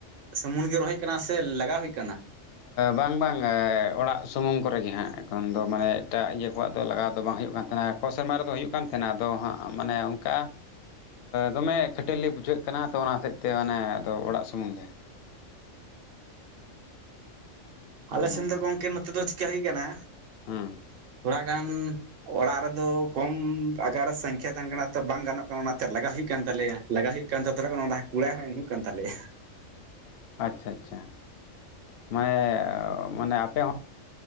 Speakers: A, on the right; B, on the left.
A: ᱥᱩᱢᱩᱱ ᱜᱮ ᱨᱚᱦᱚᱭ ᱠᱟᱱᱟ ᱥᱮ ᱞᱟᱜᱟᱣ ᱦᱩᱭ ᱠᱟᱱᱟ
B: ᱵᱟᱝ ᱵᱟᱝ ᱚᱲᱟᱜ ᱥᱩᱢᱩᱝ ᱠᱚᱨᱮᱜᱮ ᱦᱟᱸᱜ ᱮᱠᱷᱚᱱ ᱫᱚ ᱢᱟᱱᱮ ᱮᱴᱟᱜ ᱤᱭᱟᱹ ᱠᱚᱣᱟᱜ ᱫᱚ ᱞᱟᱜᱟᱣ ᱫᱚ ᱵᱟᱝ ᱦᱩᱭᱩᱜ ᱠᱟᱱ ᱛᱟᱦᱮᱱᱟ ᱠᱚ ᱥᱮᱨᱢᱟ ᱨᱮᱫᱚ ᱦᱩᱭᱩᱜ ᱠᱟᱱ ᱛᱟᱦᱮᱱᱟ ᱟᱫᱚ ᱦᱟᱸᱜ ᱢᱟᱱᱮ ᱚᱱᱠᱟ ᱫᱚᱢᱮ ᱠᱷᱟᱹᱴᱟᱹᱨ ᱵᱩᱡᱷᱟᱹᱜ ᱠᱟᱱᱟ ᱛᱚ ᱚᱱᱟ ᱦᱚᱛᱮᱡ ᱛᱮ ᱚᱲᱟᱜ ᱥᱩᱢᱩᱝ ᱜᱮ ᱱᱚᱜᱼᱚ
A: ᱟᱞᱮ
B: ᱱᱚᱝᱠᱟ
A: ᱥᱮᱱ ᱫᱚ ᱜᱚᱝᱠᱮ ᱱᱚᱛᱮ ᱫᱚ ᱪᱤᱠᱠᱟ ᱦᱩᱭ ᱟᱠᱟᱱᱟ
B: ᱦᱮᱸ
A: ᱛᱷᱚᱲᱟ ᱜᱟᱱ ᱚᱲᱟᱜ ᱨᱮᱫᱚ ᱠᱚᱢ ᱟᱜᱟᱨ ᱥᱚᱝᱠᱷᱟ ᱛᱟᱦᱮᱱ ᱠᱟᱱᱟ ᱛᱚ ᱵᱟᱝ ᱜᱟᱱᱚᱜ ᱠᱟᱱᱟ ᱚᱱᱟᱛᱮ ᱞᱟᱜᱟᱣ ᱦᱩᱭᱩᱜ ᱠᱟᱱ ᱛᱟᱞᱮᱭᱟ᱾ ᱞᱟᱜ ᱦᱩᱭᱩᱜ ᱠᱟᱱ ᱛᱚᱲᱟᱟᱱ ᱠᱚᱲᱟ ᱦᱚᱸ ᱮᱢ ᱦᱩᱭᱩᱜ ᱠᱟᱱ ᱛᱟᱞᱮᱭᱟ᱾
B: ᱟᱪᱪᱷᱟ ᱟᱪᱪᱷᱟ ᱢᱟᱱᱮ ᱢᱟᱱᱮ ᱟᱯᱮ